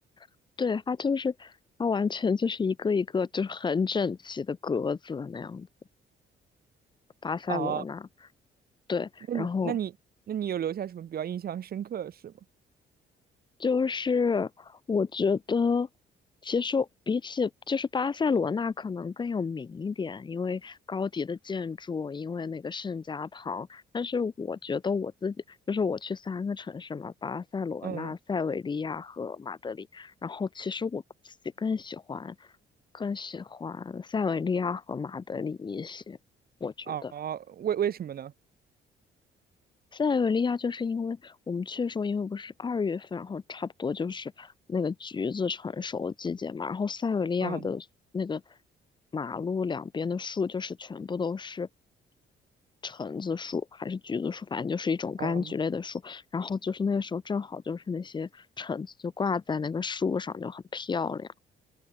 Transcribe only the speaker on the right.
哦、
那你那你那你有留下什么比较印象深刻的事吗？
嗯，
哦，为为什么呢？
嗯，
哦。